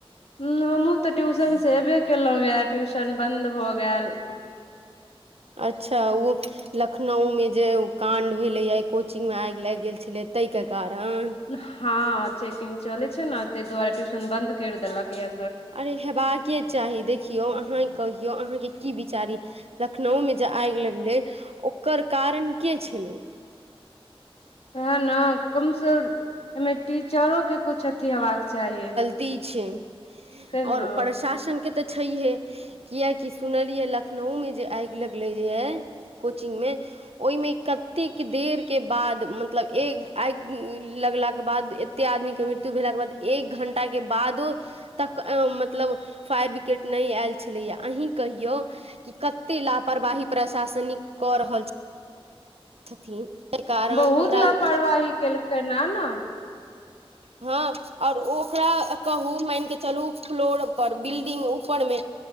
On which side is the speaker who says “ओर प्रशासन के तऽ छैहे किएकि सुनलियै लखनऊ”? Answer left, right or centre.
Right